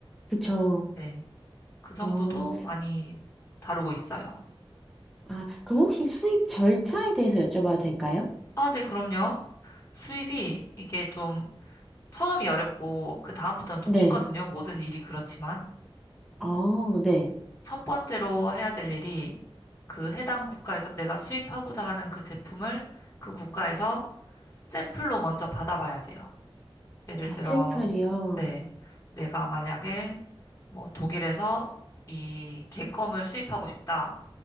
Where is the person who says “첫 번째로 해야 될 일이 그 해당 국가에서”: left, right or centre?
Left